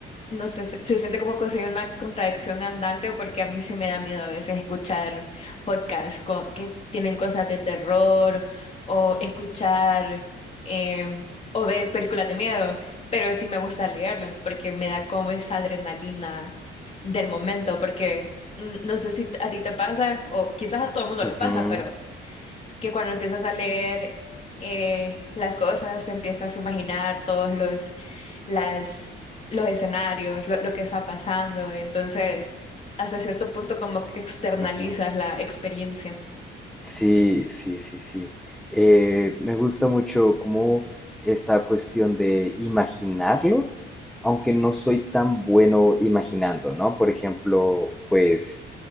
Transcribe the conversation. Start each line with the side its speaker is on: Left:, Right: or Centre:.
Left: no sé, se, se siente como que soy una contradicción andante porque a mí sí me da miedo a veces escuchar podcasts co- que tienen cosas de terror o escuchar em, o ver películas de miedo, pero sí me gusta leerlo porque me da como esa adrenalina del momento, porque mm, no sé si a ti te pasa o quizás a todo el mundo
Centre: Ujú,
Left: le pasa, pero que cuando empiezas a leer eh, las cosas, te empiezas a imaginar todos los, las, los escenarios, lo, lo que está pasando. Entonces, hasta cierto punto como que externalizas
Centre: ujú.
Left: la experiencia.
Centre: Sí, sí, sí, sí. Eh, me gusta mucho como esta cuestión de imaginarlo, aunque no soy tan bueno imaginando, ¿no? Por ejemplo, pues